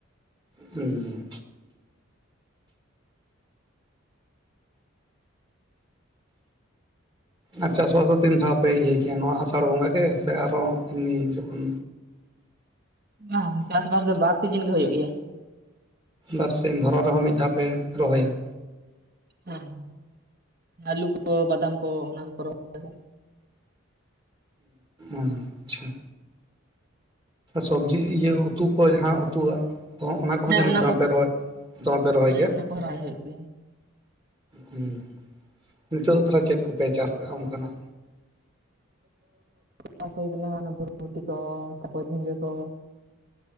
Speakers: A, on the right; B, on the right.
A: ᱦᱩᱸ ᱟᱨ ᱪᱟᱥᱵᱟᱥ ᱫᱚ ᱛᱤᱱ ᱫᱷᱟᱣ ᱯᱮ ᱤᱭᱟᱹᱭ ᱠᱮᱭᱟ ᱱᱚᱣᱟ ᱟᱥᱟᱲ ᱵᱚᱸᱜᱟ ᱜᱮ ᱥᱮ ᱟᱨᱚ ᱮᱢᱱᱤ ᱡᱚᱠᱷᱚᱱ
B: ᱵᱟᱝ ᱪᱟᱥᱵᱟᱥ ᱫᱚ ᱵᱟᱨ ᱥᱤᱡᱤᱱ ᱜᱮ ᱦᱩᱭᱩᱜ ᱜᱮᱭᱟ᱾
A: ᱵᱟᱨ ᱥᱤᱧ ᱫᱷᱚᱨᱚᱱ ᱨᱮᱦᱚᱸ ᱢᱤᱫ ᱫᱷᱟᱣ ᱯᱮ ᱨᱚᱦᱚᱭᱟ᱾
B: ᱦᱮᱸᱻ ᱟᱹᱞᱩ ᱠᱚ ᱵᱟᱫᱟᱢ ᱠᱚ ᱚᱱᱟ ᱠᱚᱠᱚ ᱨᱚᱦᱚᱭᱫᱟ
A: ᱟᱪᱷᱟ ᱥᱚᱵᱽᱡᱤ ᱤᱭᱟᱹ ᱩᱛᱩ ᱠᱚ ᱡᱟᱦᱟᱸ ᱩᱛᱩᱣᱟᱜ ᱚᱱᱟ ᱠᱚᱦᱚᱸ
B: ᱦᱮᱸ
A: ᱡᱟᱹᱱᱤᱡ ᱫᱚᱢᱯᱮ
B: ᱠᱚ
A: ᱨᱚᱦᱚᱭ ᱫᱚᱢᱮ ᱯᱮ ᱨᱚᱦᱚᱭ
B: ᱦᱮᱸ
A: ᱜᱮᱭᱟ
B: ᱚᱱᱟ ᱠᱚ ᱨᱚᱦᱚᱭ ᱦᱩᱭᱩᱜ ᱜᱮᱭᱟ
A: ᱦᱩᱸ ᱱᱤᱛᱚᱜ ᱫᱚ ᱛᱟᱦᱚᱞᱮ ᱪᱮᱫ ᱠᱚᱯᱮ ᱪᱟᱥ ᱠᱟᱜᱼᱟ ᱚᱱᱠᱟᱱᱟᱜ?
B: ᱪᱟᱥ ᱦᱩᱭ ᱠᱟᱱᱟ ᱵᱷᱚᱨᱵᱷᱩᱴᱤ ᱠᱚ ᱛᱟᱨᱯᱚᱨ ᱡᱷᱤᱸᱜᱟᱹ ᱠᱚ